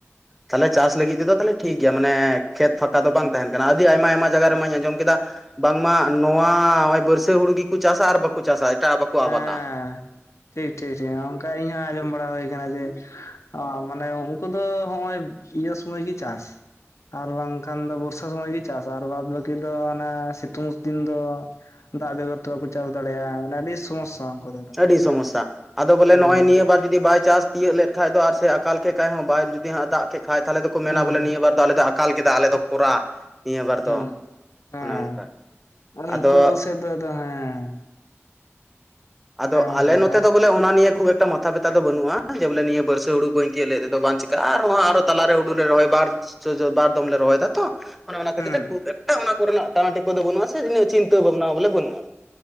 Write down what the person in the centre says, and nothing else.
ᱛᱟᱦᱞᱮ ᱪᱟᱥ ᱞᱟᱹᱜᱤᱫ ᱛᱮᱫᱚ ᱛᱟᱦᱮ ᱴᱷᱤᱠ ᱜᱮᱭᱟ ᱢᱟᱱᱮ ᱠᱷᱮᱛ ᱯᱷᱟᱸᱠᱟ ᱫᱚ ᱵᱟᱝ ᱛᱟᱦᱮᱱ ᱠᱟᱱᱟ ᱟᱹᱰᱤ ᱟᱭᱢᱟ ᱟᱭᱢᱟ ᱡᱟᱭᱜᱟ ᱨᱮᱢᱟᱧ ᱟᱸᱡᱚᱢ ᱠᱮᱫᱟ ᱵᱟᱝ ᱢᱟ ᱱᱚᱣᱟ ᱱᱚᱜᱼᱚᱭ ᱵᱟᱹᱨᱥᱟᱹ ᱦᱩᱲᱩ ᱜᱮᱠᱚ ᱪᱟᱥᱟ ᱟᱨ ᱵᱟᱠᱚ ᱪᱟᱥᱟ ᱮᱴᱟᱜ ᱵᱟᱠᱚ
ᱟᱵᱟᱛᱟ
ᱟᱹᱰᱤ ᱥᱚᱢᱚᱥᱥᱟ ᱟᱫᱚ ᱵᱚᱞᱮ
ᱱᱚᱜᱼᱚᱭ ᱱᱤᱭᱟᱹᱵᱟᱨ ᱡᱩᱫᱤ ᱵᱟᱭ ᱪᱟᱥ ᱛᱤᱭᱳᱟᱹᱜ ᱞᱮᱫ ᱠᱷᱟᱱᱡ ᱫᱚ ᱟᱨ ᱥᱮ ᱟᱠᱟᱞ ᱠᱮᱫ ᱠᱷᱡ ᱦᱚᱸ ᱵᱟᱭ ᱡᱩᱫᱤ ᱦᱟᱜ ᱫᱟᱜ ᱠᱮᱫ ᱠᱷᱟᱡ ᱛᱟᱦᱮ ᱫᱚᱠᱚ ᱢᱮᱱᱟ
ᱵᱚᱞᱮ ᱱᱤᱭᱟᱹ ᱵᱟᱨ ᱫᱚ ᱟᱞᱮᱫ ᱫᱚ ᱟᱠᱟ ᱟᱠᱟᱠᱟᱞ ᱠᱮᱫᱟ ᱟᱞᱮ ᱫᱚ ᱠᱷᱚᱨᱟ ᱱᱤᱭᱟᱹ ᱵᱟᱨ
ᱫᱚ
ᱚᱱᱮ ᱚᱱᱠᱟ ᱟᱫᱚ
ᱟᱫᱚ
ᱟᱞᱮ ᱱᱚᱛᱮ
ᱫᱚ ᱵᱚᱞᱮ ᱚᱱᱟᱤᱭᱮ ᱠᱷᱩᱵ ᱮᱠ <unintelligible> ᱢᱟᱚᱛᱷᱟᱵᱟ ᱫᱚ ᱵᱟᱹᱱᱩᱜᱼᱟ ᱡᱮ ᱵᱚᱞᱮ ᱱᱤᱭᱟᱹ ᱵᱟᱹᱨᱥᱟᱹ ᱦᱩᱲᱩ ᱵᱟᱹᱧ ᱛᱤᱭᱟᱹᱜ ᱞᱮᱫ ᱛᱮᱫᱚ ᱵᱟᱝ ᱪᱤᱠᱟᱹᱜᱼᱟ ᱟᱨᱦᱚᱸ ᱟᱨᱚ ᱛᱟᱞᱟᱨᱮ ᱦᱩᱲᱩ ᱨᱮ ᱨᱚᱦᱚᱭ ᱵᱟᱨ <unintelligible> ᱡᱚ ᱵᱟᱨ ᱫᱚᱢ ᱞᱮ ᱨᱚᱦᱚᱭ ᱫᱟ ᱛᱚ ᱚᱱᱟ ᱚᱱᱟ
ᱠᱷᱟᱹᱛᱤᱨ ᱛᱮ ᱠᱷᱩᱵ ᱮᱠᱴᱟ ᱚᱱᱟ ᱠᱚᱨᱮᱱᱟᱜ ᱴᱟᱱᱟᱴᱤᱯᱟᱹ ᱫᱚ ᱵᱟᱹᱱᱩᱜ-ᱟ ᱥᱮ ᱡᱮᱱᱤᱜ ᱪᱤᱱᱛᱟᱹ ᱵᱷᱟᱵᱽᱱᱟ ᱦᱚᱸ ᱵᱚᱞᱮ ᱵᱟᱹᱱᱩᱜ-ᱟ᱾